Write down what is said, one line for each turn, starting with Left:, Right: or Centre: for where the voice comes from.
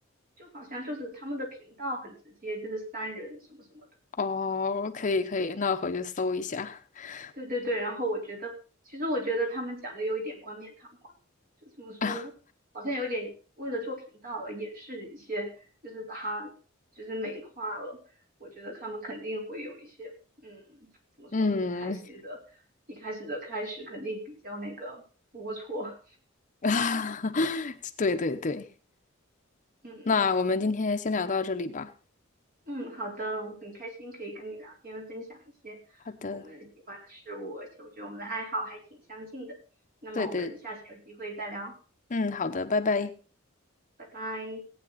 Right: 就好像就是他们的频道很直接，就是三人什么什么。的。
Left: 哦，可以可以，那我回去搜一下。<laughs>
Right: 对对对，然后我觉得，其实我觉得他们讲的有一点冠冕堂皇，就怎么说呢，
Left: 啊，
Right: 好像有点为了做频道而掩饰一些，就是把它就是美化了。我觉得他们肯定会有一些，嗯，怎么说呢，
Left: 嗯，
Right: 不开心的，一开始的开始肯定比较那个龌龊。
Left: <laughs> 对对对，
Right: 嗯
Left: 那我们今天先聊到这里吧。
Right: 嗯，好的，我很开心可以跟你聊天，分享一些我们喜欢的事物，
Left: 好的，
Right: 而且我觉得我们的爱好还挺相近的。那么我们下次有机会再聊，
Left: 对对。嗯，好的，拜拜。
Right: 拜拜。